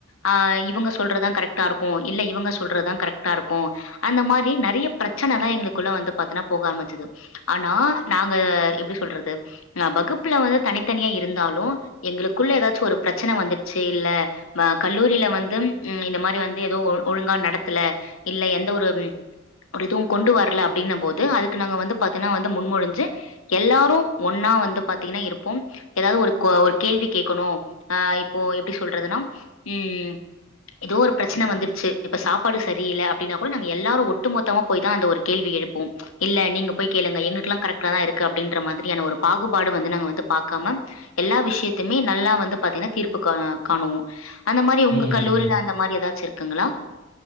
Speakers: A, on the left; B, on the right.
A: ஆ இவங்க சொல்றதுதா கரெக்ட்டா இருக்கு இல்ல இவங்க சொல்றதுதா கரெக்டா இருக்கு அந்த மாரி நெறைய பிரச்சனைலா எங்களுக்குள்ள வந்து பாத்தீங்னா போக ஆரம்பிச்சது ஆனா நாங்க எப்டி சொல்றது அ வகுப்புல வந்து தனித்தனியா இருந்தாலு எங்களுக்குள்ள ஏதாச்சு ஒரு பிரச்சன வந்துருச்சி இல்ல அ கல்லூரியில வந்து இந்த மாரி வந்து ஏதோ ஒழுங்கா நடத்தல இல்ல எந்த ஒரு ஒரு எதுவு கொண்டு வரல அப்டின்னும் போது அதுக்கு நாங்க வந்து பாத்தீங்கன்னா வந்து முன்மொழுஞ்சு எல்லாரு ஒன்னா வந்து பாத்தீங்னா இருப்போ எதாவது ஒரு கேள்வி கேட்கணு அ இப்போ எப்டி சொல்றதுன்னா ம் ஏதோ ஒரு பிரச்சன வந்துருச்சி இப்ப சாப்பாடு சரியில்ல அப்படின்னா கூட நாங்க எல்லாரு ஒட்டு மொத்தமா போய் தா அந்த ஒரு கேள்வி எழுப்புவோ இல்ல நீங்க போய் கேளுங்க எங்குளுக்லா கரெக்டா தா இருக்கு அப்டின்ற மாதிரியான ஒரு பாகுபாடு வந்து நாங்க வந்து பாக்கம எல்லா விசியத்துமே நல்லா வந்து பாத்தீங்கன்னா தீர்ப்பு காணு காணுவோ அந்த மாரி
B: ம்,
A: உங்க
B: ம்,
A: கல்லூரில
B: ம்.
A: அந்த மாரி எதாச்சு இருக்குங்களா